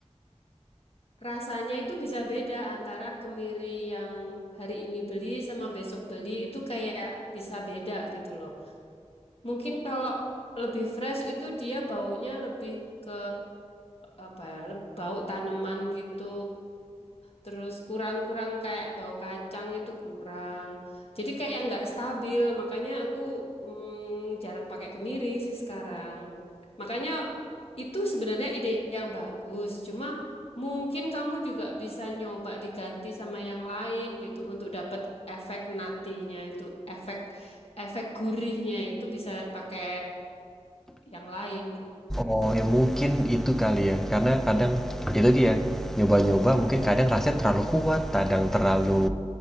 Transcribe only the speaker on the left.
Rasanya itu bisa beda antara kemiri yang hari ini beli sama besok beli itu kayak bisa beda gitu loh. Mungkin kalau lebih fresh itu dia baunya lebih ke apa ya, le- bau tanaman gitu. Terus kurang-kurang kayak bau kacang itu kurang. Jadi kayak nggak stabil, makanya aku mm, jarang pakai kemiri sih sekarang. Makanya itu sebenarnya ide yang bagus. Cuma mungkin kamu juga bisa nyoba diganti sama yang lain gitu untuk dapat efek natinya itu, efek efek gurihnya itu bisa pakai yang lain gitu.